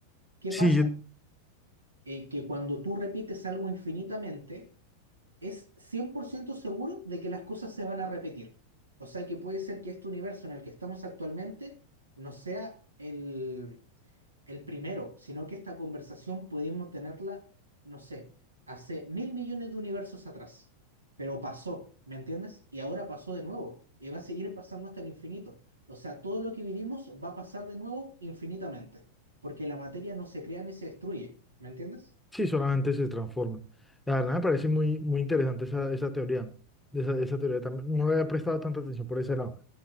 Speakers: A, on the right (about 75°); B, in the centre.
A: ¿Qué
B: Sí,
A: pasa?
B: yo-
A: Eh, que cuando tú repites algo infinitamente, es 100% seguro de que las cosas se van a repetir. O sea que puede ser que este universo en el que estamos actualmente no sea el, el primero, sino que esta conversación pudimos tenerla, no sé, hace mil millones de universos atrás. Pero pasó, ¿me entiendes? Y ahora pasó de nuevo y va a seguir pasando hasta el infinito. O sea, todo lo que vivimos va a pasar de nuevo infinitamente, porque la materia no se crea ni se destruye, ¿me entiendes?
B: sí, solamente se transforma. La verdad me parece muy, muy interesante esa, esa teoría. Esa, esa teoría también, no le había prestado tanta atención por ese lado.